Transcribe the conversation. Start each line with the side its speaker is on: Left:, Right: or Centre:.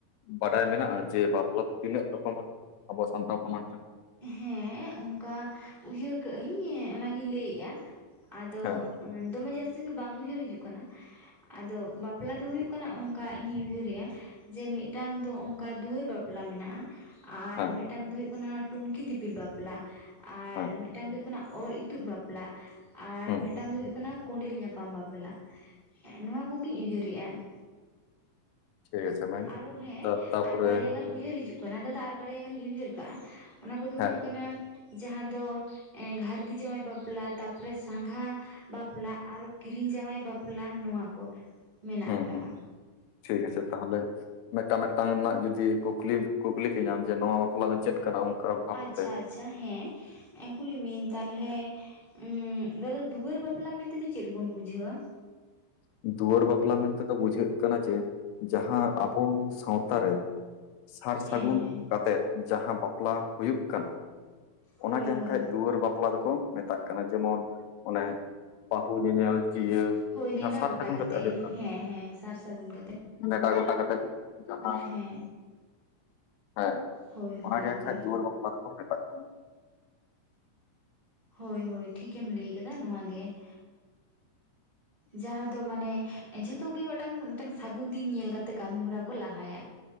Left: ᱵᱟᱰᱟᱭ ᱢᱮᱱᱟᱜᱼᱟ ᱾ ᱡᱮ ᱵᱟᱯᱞᱟ ᱫᱚ ᱛᱤᱱᱟᱹᱜ? ᱨᱚᱠᱚᱢᱼᱟ, ᱟᱵᱚ ᱥᱟᱱᱛᱟᱲ ᱥᱚᱢᱟᱡᱽ ᱨᱮ ᱾
Right: ᱦᱮᱸ, ᱚᱱᱠᱟ ᱩᱭᱦᱟᱹᱨ ᱠᱟᱜᱼᱟᱹᱧ ᱚᱱᱟᱜᱤᱧ ᱞᱟᱹᱭᱮᱫᱼᱟ ᱾ ᱟᱫᱚ
Left: ᱦᱮᱸ
Right: ᱫᱚᱢᱮ ᱡᱟᱹᱥᱛᱤ ᱫᱚ ᱵᱟᱝ? ᱩᱭᱦᱟᱹᱨ ᱦᱤᱡᱩᱜ ᱠᱟᱱᱟ ᱾ ᱟᱫᱚ ᱵᱟᱯᱞᱟ ᱫᱚ ᱦᱩᱭᱩᱜ ᱠᱟᱱᱟ, ᱚᱱᱠᱟ ᱤᱧᱤᱧ ᱩᱭᱦᱟᱹᱨᱮᱜᱼᱟ ᱾ ᱡᱮ ᱢᱤᱫᱴᱟᱝ ᱫᱚ ᱚᱱᱠᱟ ᱫᱩᱣᱟᱹᱨ ᱵᱟᱯᱞᱟ ᱢᱮᱱᱟᱜᱼᱟ᱾ ᱟᱨ
Left: ᱦᱮᱸ
Right: ᱢᱤᱫᱴᱟᱝ ᱫᱚ ᱦᱩᱭᱩᱜ ᱠᱟᱱᱟ ᱴᱩᱝᱠᱤ ᱫᱤᱯᱤᱞ ᱵᱟᱯᱞᱟ, ᱟᱨ
Left: ᱦᱮᱸ
Right: ᱢᱤᱫᱴᱟᱝ ᱫᱚ ᱚᱨ ᱤᱛᱩᱫ ᱵᱟᱯᱞᱟ, ᱟᱨ
Left: ᱦᱩᱸ
Right: ᱢᱤᱫᱴᱟᱝ ᱫᱚ ᱦᱩᱭᱩᱜ ᱠᱟᱱᱟ ᱠᱚᱸᱰᱮᱞ ᱧᱟᱯᱟᱢ ᱵᱟᱯᱞᱟ, ᱱᱚᱣᱟ ᱠᱚᱜᱤᱧ ᱩᱭᱦᱟᱹᱨᱮᱜᱼᱟ ᱾
Left: ᱴᱷᱤᱠ ᱟᱪᱷᱮ ᱢᱟᱹᱭ
Right: ᱟᱨᱚ ᱦᱮᱸ,
Left: ᱛᱟ ᱛᱟᱯᱚᱨᱮ
Right: ᱟᱨ ᱵᱟᱨᱭᱟ ᱜᱟᱱ ᱩᱭᱦᱟᱹᱨ ᱦᱤᱡᱩᱜ ᱚᱱᱟ ᱫᱚ ᱫᱟᱫᱟ, ᱟᱨ ᱵᱟᱨᱭᱟ ᱜᱟᱱᱤᱧ ᱩᱭᱦᱟᱹᱨ ᱠᱟᱜᱼᱟ, ᱚᱱᱟ ᱠᱚᱫᱚ
Left: ᱦᱮᱸ
Right: ᱦᱩᱭᱩᱜ ᱠᱟᱱᱟ ᱡᱟᱦᱟᱸ ᱫᱚ ᱜᱷᱟᱨᱫᱤ ᱡᱟᱶᱟᱭ ᱵᱟᱯᱞᱟ, ᱛᱟᱯᱚᱨᱮ ᱥᱟᱸᱜᱷᱟ ᱵᱟᱯᱞᱟ ᱟᱨᱚ ᱠᱤᱨᱤᱧ ᱡᱟᱶᱟᱭ ᱵᱟᱯᱞᱟ, ᱱᱚᱣᱟ ᱠᱚ ᱢᱮᱱᱟᱜ
Left: ᱦᱩᱸ
Right: ᱟᱠᱟᱫᱼᱟ
Left: ᱦᱩᱸ
Right: ᱾
Left: ᱴᱷᱤᱠ ᱟᱪᱮ, ᱛᱟᱦᱚᱞᱮ ᱾ ᱢᱤᱫᱴᱟᱝ, ᱢᱤᱫᱴᱟᱝ ᱨᱮᱱᱟᱜ ᱡᱩᱫᱤ ᱠᱩᱠᱞᱤ, ᱠᱩᱠᱞᱤ ᱠᱮᱧᱟᱢ, ᱡᱮ ᱱᱚᱣᱟ ᱵᱟᱯᱞᱟ ᱫᱚ ᱪᱮᱫ ᱠᱟᱱᱟ? ᱵᱷᱟᱵᱛᱮ
Right: ᱟᱪᱪᱷᱟ ᱟᱪᱪᱷᱟ ᱦᱮᱸ, ᱠᱩᱞᱤ ᱢᱤᱭᱟᱹᱧ ᱛᱟᱦᱟᱞᱮ ᱮᱸᱻ, ᱫᱟᱫᱟ ᱫᱩᱣᱟᱹᱨ ᱵᱟᱯᱞᱟ ᱢᱮᱱᱛᱮ, ᱫᱚ ᱪᱮᱫ ᱵᱚᱱ ᱵᱩᱡᱷᱟᱹᱣᱟ?
Left: ᱫᱩᱣᱟᱹᱨ ᱵᱟᱯᱞᱟ ᱢᱮᱱᱛᱮ ᱫᱚ ᱵᱩᱡᱷᱟᱹᱜ ᱠᱟᱱᱟ, ᱡᱮ ᱡᱟᱦᱟᱸ ᱟᱵᱚ ᱥᱟᱶᱛᱟ ᱨᱮ, ᱥᱟᱨ
Right: ᱦᱮᱸ
Left: ᱥᱟᱹᱜᱩᱱ
Right: ᱦᱮᱸ
Left: ᱠᱟᱛᱮᱫ ᱡᱟᱦᱟᱸ ᱵᱟᱯᱞᱟ ᱦᱩᱭᱩᱜ ᱠᱟᱱᱟ,
Right: ᱦᱳᱭ
Left: ᱚᱱᱟᱜᱮ
Right: ᱦᱳᱭ
Left: ᱦᱮᱸᱠᱟᱡ
Right: ᱦᱳᱭ
Left: ᱫᱩᱣᱟᱹᱨ ᱵᱟᱯᱞᱟ ᱫᱚᱠᱚ ᱢᱮᱛᱟᱜ ᱠᱟᱱᱟ ᱾ ᱡᱮᱢᱚᱱ, ᱚᱱᱮ ᱵᱟᱦᱩ ᱧᱮᱧᱮᱞ ᱪᱤᱭᱟᱹ
Right: ᱦᱳᱭ
Left: ᱡᱟᱦᱟᱸ
Right: ᱱᱮᱰᱟ
Left: ᱥᱟᱨ
Right: ᱜᱚᱴᱟ
Left: ᱥᱟᱹᱜᱩᱱ
Right: ᱠᱟᱛᱮᱜ,
Left: ᱦᱩᱭᱩᱜ ᱠᱟᱱᱟ
Right: ᱦᱮᱸ ᱦᱮᱸ ᱥᱟᱨ ᱥᱟᱹᱜᱩᱱ ᱠᱟᱛᱮ ᱾
Left: ᱱᱮᱰᱟ ᱜᱚᱴᱟ ᱠᱟᱛᱮᱫ
Right: ᱦᱮᱸ
Left: ᱾ ᱦᱮᱸ <inaudible>
Right: ᱦᱳᱭ
Left: ᱚᱱᱟᱜᱮ
Right: ᱦᱳᱭ ᱦᱳᱭ
Left: ᱠᱷᱟᱱᱡ ᱫᱩᱣᱟᱹᱲᱼᱼ ᱠᱷ <inaudible> ᱵᱮᱯᱟᱨ ᱠᱟᱱᱟ
Right: ᱦᱳᱭ ᱦᱳᱭ ᱴᱷᱤᱠᱮᱢ ᱞᱟᱹᱭ ᱠᱟᱫᱟ ᱱᱚᱣᱟ ᱜᱮ ᱾
Left: <inaudible>
Right: ᱡᱟᱦᱟᱸ ᱫᱚ ᱢᱟᱱᱮ ᱡᱷᱚᱛᱚ ᱜᱮ ᱢᱤᱫᱴᱟᱹᱝ ᱢᱤᱫᱴᱟᱹᱝ ᱥᱟᱹᱜᱩᱱ ᱫᱤᱱ ᱧᱮᱞ ᱠᱟᱛᱮᱜ ᱠᱟᱹᱢᱤᱦᱚᱨᱟ ᱠᱚ ᱞᱟᱦᱟᱭᱟ ᱾